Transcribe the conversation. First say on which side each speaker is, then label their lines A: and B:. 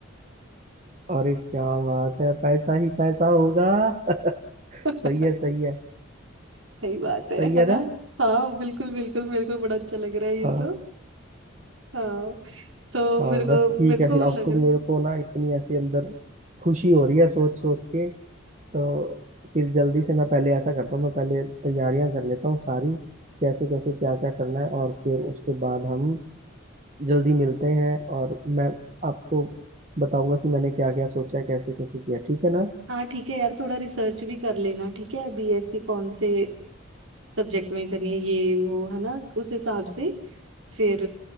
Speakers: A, on the right (about 35°); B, on the right (about 75°).
A: अरे क्या बात है पैसा ही पैसा होगा <laughs> सही
B: <laughs>
A: है सही है
B: सही बात है
A: सही
B: है
A: है
B: ना
A: ना
B: हाँ बिल्कुल बिल्कुल मेरे को बड़ा अच्छा लग रहा है ये
A: हाँ
B: तो हाँ तो
A: हाँ
B: मेरे
A: बस
B: को
A: ठीक
B: मेरे
A: है
B: को
A: फिर अब
B: लग
A: तो
B: रहा है
A: मेरे को ना इतनी ऐसी अंदर खुशी हो रही है सोच सोच के तो फिर जल्दी से मैं पहले ऐसा करता हूँ मैं पहले तैयारियां कर लेता हूँ सारी कैसे कैसे क्या क्या करना है और फिर उसके बाद हम जल्दी मिलते हैं और मैं आपको बताऊंगा कि मैंने क्या क्या सोचा है कैसे कैसे किया ठीक है ना
B: हाँ ठीक है यार थोड़ा रिसर्च भी कर लेना ठीक है बीएससी कौन से सब्जेक्ट में करनी है ये वो है ना उस हिसाब से फिर